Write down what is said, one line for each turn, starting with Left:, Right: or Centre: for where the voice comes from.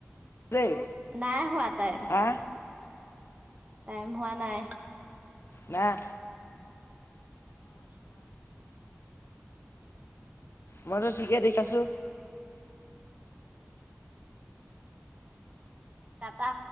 Left: দেই
Right: নাই হোৱা টাইম।
Left: হা
Right: টাইম হোৱা নাই।
Left: নাই।
Right: <inaudible>
Left: মইটো ঠিকে খাছো
Right: টা‌ টা।